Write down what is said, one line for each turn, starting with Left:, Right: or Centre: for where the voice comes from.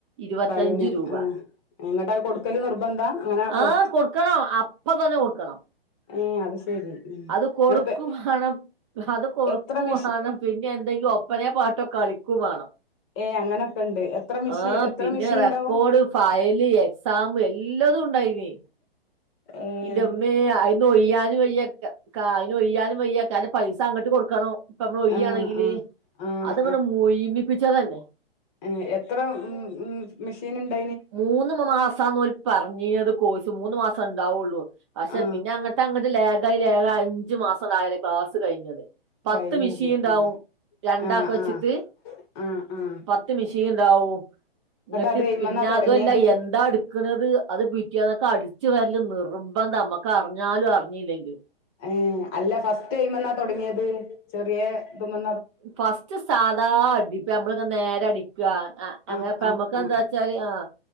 Right: ഇരുപത്തഞ്ചു
Left: ഫൈന്
Right: രൂപ
Left: ആഹ് ഇങ്ങട്ട് അത് കൊടുക്കല് നിർബന്ധ അങ്ങനെ കൊടു
Right: ആഹ് കൊടുക്കണം അ പ്പതന്നെ കൊടുക്കണം
Left: ഏഹ് അത് ശരി ഉം
Right: അത് കൊടുക്കും
Left: ഇങ്ങട്ട്പ്പ
Right: വാണം അത് കൊടുക്കു
Left: എത്ര മിഷ്
Right: വാണം പിന്നെ എന്തെങ്കു പന പാട്ടൊക്കെ കളിക്കു വേണം
Left: ഏഹ് അങ്ങനെയൊക്കെ ഉണ്ട് എത്ര മെഷീ
Right: ആ
Left: എത്ര
Right: പിന്നെ
Left: മെഷീൻണ്ടാവും
Right: റെക്കോർഡ് ഫയല് എക്സാം എല്ലതും ഉണ്ടായിനി
Left: ഏഹ്
Right: ന്റെമ്മേ അയിനൊയ്യാനും വയ്യ കാ അയിനൊയ്യാനും വയ്യ കര്ന പൈസ അങ്ങട്ട് കൊടുക്കണോ ഇപ്പ നമ്മള് ഒയ്യാണെങ്കില്
Left: ആഹ് ആഹ് ആഹ്
Right: അതങ്ങ മുയ്മിപ്പിച്ചതന്നെ
Left: എഹ് എത്ര ഉം ഉം മെഷീൻ ഇണ്ട
Right: മൂന്ന് മാസ ആന്ന് ഓര് പറഞ്ഞിയത് കോഴ്സ് മൂന്നു മാസം ഉണ്ടാവുള്ളു പക്ഷെ
Left: ആഹ്
Right: പിന്നെ അങ്ങട്ട് അങ്ങട്ട് ലേഖയി ലേഖയി അഞ്ചു മാസംട് ആയേരെ ക്ലാസ്സ് കഴിഞ്ഞത് പത്ത്
Left: കഴിഞ്ഞത്
Right: മിഷീൻ ഉണ്ടാവും
Left: ആഹ്
Right: രണ്ടാക്കു
Left: ആഹ്
Right: വെച്ചിട്ട്
Left: ആഹ് ആഹ് ആഹ്
Right: പ ത്ത് മിഷീൻ ഉണ്ടാവു ഇങ്ങട്ട്
Left: അത് എയ്മന്നാ
Right: പിന്നെ
Left: തൊടങ്ങിയത്
Right: അതു അല്ല എന്താടു ക്ണത് അത് പിറ്റേന്നക്കു അടിച്ചു വരല് നിർബന്ധ നമ്മുക്ക് അറിഞ്ഞാലും അറിഞ്ഞില്ലെങ്കിലു
Left: ഏഹ് അല്ല ഫസ്റ്റ് ടൈം എന്നാ തുടങ്ങിയത് ചെറ്യേ ഇതുമ്മ
Right: ഫസ്റ്റ് സാധാ അടി ഇപ്പ നമ്മള നേര അടി ക്കാ അങ്ങൻപ്പ
Left: ആഹ് ആഹ്
Right: നമുക്ക്
Left: ആഹ്
Right: എന്താച്ചാല് ആഹ്